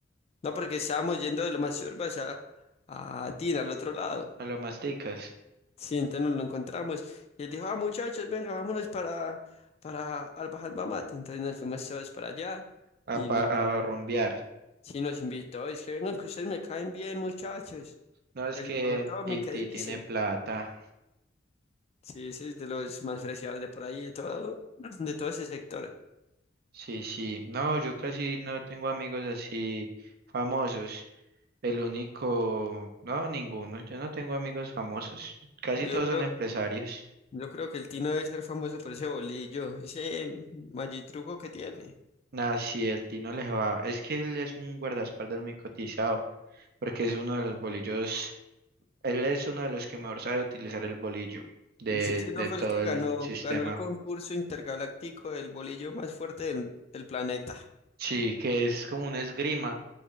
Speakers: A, on the left; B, on the right.
A: No, porque estábamos yendo de Lomas Urbas a, a Tina, al otro lado.
B: a lo más ticas,
A: Sí, entonces nos lo encontramos. Y él dijo, ah, muchachos, venga, vámonos para, para Albajal Mamate. Entonces nos fuimos todos para allá.
B: a,
A: Y
B: pa-
A: nos,
B: a
A: par-
B: rumbear.
A: sí, nos invitó. Es que vengan, que ustedes me caen bien, muchachos.
B: No, es
A: El
B: que
A: viejo Tommy,
B: Iti
A: ¿qué dice?
B: tiene plata.
A: Sí, ese es de los más preciados de por ahí, de todo, <clears throat> de todo ese sector.
B: Sí, sí. No, yo casi no tengo amigos así famosos. El único, no, ninguno. Yo no tengo amigos famosos. Casi
A: Yo
B: todos
A: creo,
B: son empresarios.
A: yo creo que el Tino debe ser famoso por ese bolillo, ese magitruco que tiene.
B: Nah, sí, el Tino le va. Es que él es un guardaespaldas muy cotizado. porque es uno de los bolillos, él es uno de los que mejor sabe utilizar el bolillo de,
A: Sí, ese
B: de
A: no fue
B: todo
A: el que ganó,
B: el sistema.
A: ganó el concurso intergaláctico del bolillo más fuerte del, del planeta.
B: Sí, que es como una esgrima.